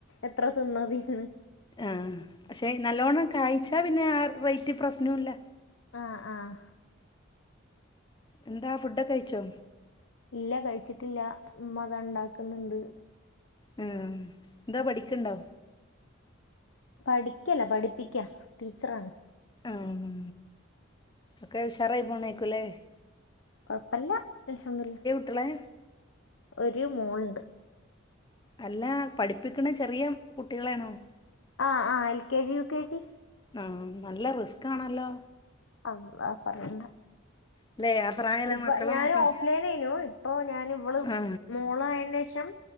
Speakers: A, on the left; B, on the left.
A: എത്ര തിന്നതിണ്
B: ആഹ് പക്ഷെ നല്ലോണ്ണം കായ്ച്ച പിന്നെ ആ റേറ്റ് പ്രശ്നവുംല്ല
A: ആഹ് ആഹ്
B: എന്താ ഫുഡ് ഒക്കെ കഴിച്ചോ
A: ഇല്ല കഴിച്ചിട്ടില്ല ഉമ്മ അതാ ഉണ്ടാക്കുന്നുണ്ട്
B: മ്മ് എന്തോ പഠിക്കുണ്ടോ
A: പഠിക്കല്ല പഠിപ്പിക്ക ടീച്ചറാണ്
B: ആഹ് ഒക്കെ ഉഷാറായി പോണേക്കൂല്ലേ
A: കൊഴപ്പല്ല അൽഹംദുലില്ല
B: അട്ടളേ
A: ഒരു മോൾണ്ട്
B: അല്ല ചെറിയ കുട്ടികളെണോ
A: ആഹ് ആഹ് L K G, U K G
B: ആഹ് നല്ല റിസ്ക് ആണല്ലോ
A: അള്ളാ പറയണ്ട
B: അല്ലേ ആ പ്രായല്ല
A: ഇപ്പൊ
B: മക്കളെ
A: ഞാൻ
B: നോക്കാൻ
A: ഓഫ് ലൈനയിനു ഇപ്പൊ ഞാൻ ഇവള്
B: ആ
A: മോള ആയേന്റെ ശേഷം